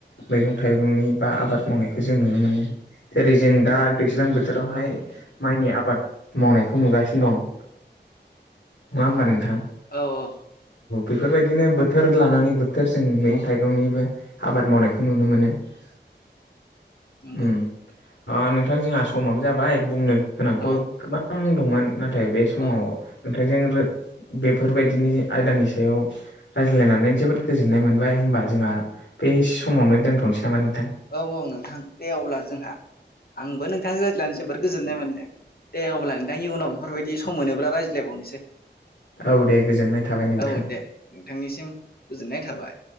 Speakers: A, on the left (about 85°); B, on the left (about 55°).
A: मैगं थाइगंनि बा आबाद मावनायखौ जों नुनो मोनो। जेरै जों दा दैज्लां बोथोरावहाय माइनि आबाद मावनायखौ नुगासिनो दं। नङा होमबा नोंथां?
B: औ औ
A: बेफोरबायदिनो बोथोर लानानै बोथोर जों मैगं थाइगंनिबो आबाद मावनायखौ नुनो मोनो। <inaudible>
B: नंगौ
A: ओम ओ नोंथां जोंहा समाबो जाबाय बुंनो गोनांथ' गोबां
B: औ
A: दंमोन। नाथाय बे समाव
B: औ
A: नोंथांजों रो बेफोरबायदिनि आयदानि सायाव रायज्लायनानै जोबोद गोजोननाय मोनबाय होमबा जोंहा बे समावनो दोनथ'नोसै नामा नोंथां?
B: औ औ नोंथां दे अब्ला जोंहा आंबो नोंथांनि रायज्लानो जोबोर गोजोननाय मोनदों। दे अब्ला नोंथांनि उनाव बेफोरबायदि सम मोनोब्ला रायज्लायबावनोसै।
A: औ दे गोजोननाय थाबाय नोंथां।
B: औ दे नोंथांनिसिम गोजोननाय थाबाय।